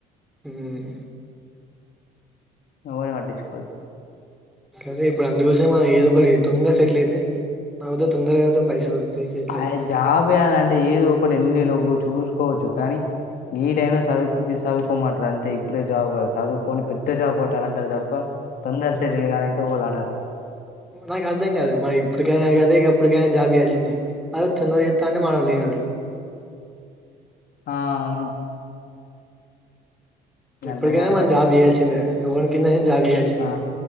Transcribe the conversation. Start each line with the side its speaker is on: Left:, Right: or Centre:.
Centre: మ్మ్
Left: ఎవరిని పట్టించుకోవద్దు
Centre: సరే ఇప్పుడు అందుకోసామే మన ఏదో తొందర సెటిల్ అయితే తొందరగా పైసలు వస్తాయి చేతులకు
Left: ఆయ జాబ చేయల అంటే ఏదో ఒకటి ఎన్నిలో చూసుకోవచ్చు కానీ ఈ టై లో చదువు చదువుకోమంటారు అంతే ఇప్పుడే జాబ్ కాదు చదువుకొని పెద్ద జాబ్ కొట్టాలే అంటారు తప్ప తొందర సెటిల్ గా అయితే ఓలనరు
Centre: నాకు అర్ధం కాదు మన ఇప్పటికైనా కద ఇక అప్పటికైనా జాబ్ చేయాల్సిందే అదే తొందరా చెత్త అంటే మనోళ్ళు తినారు
Left: ఆ అవును గంతగాడికే
Centre: ఎప్పటికైనా మనం జాబ్ చేయాల్సిందే ఎవరికి జాబ్ చేయాల్సిందే
Left: ఆ